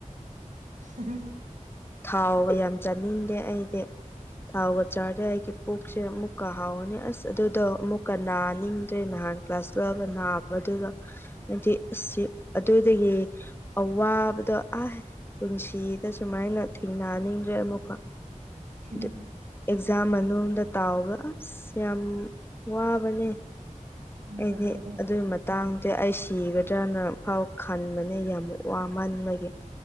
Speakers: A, on the right; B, on the left.
A: <unintelligible>
B: ꯊꯥꯎ ꯌꯥꯝ ꯆꯥꯅꯤꯡꯗꯦ ꯑꯩꯗꯤ ꯊꯥꯎꯒ ꯆꯥꯔꯦ ꯑꯩꯒꯤ ꯄꯨꯣꯛꯁꯦ ꯑꯃꯨꯛꯀ ꯍꯥꯎꯋꯅꯤ ꯑꯁ ꯑꯗꯨꯗꯣ ꯑꯃꯨꯛꯀ ꯅꯥꯅꯤꯡꯗ꯭ꯔꯦ ꯅꯍꯥꯟ ꯀ꯭ꯂꯥꯁ ꯂꯑꯒ ꯅꯥꯕꯗꯨꯒ ꯍꯥꯏꯗꯤ ꯑꯁꯤ ꯑꯗꯨꯗꯒꯤ ꯑꯋꯥꯕꯗꯣ ꯑ ꯄꯨꯟꯁꯤꯗ ꯁꯨꯃꯥꯏꯅ ꯊꯦꯡꯅꯍꯟꯅꯤꯡꯗ꯭ꯔꯦ ꯑꯃꯨꯛꯀ
A: ꯎ
B: ꯑꯗꯨ ꯑꯦꯛꯖꯥꯝ ꯃꯅꯨꯡꯗ ꯇꯥꯎꯕ ꯑꯁ ꯌꯥꯝ ꯋꯥꯕꯅꯦ
A: ꯎꯔꯝꯒꯅꯤ
B: ꯑꯩꯗꯤ ꯑꯗꯨꯒꯤ ꯇꯥꯡꯗꯦ ꯑꯩ ꯁꯤꯒꯗ꯭ꯔꯅ ꯐꯥꯎ ꯈꯟꯕꯅꯦ ꯌꯥꯝ ꯋꯥꯃꯟꯕꯒꯤ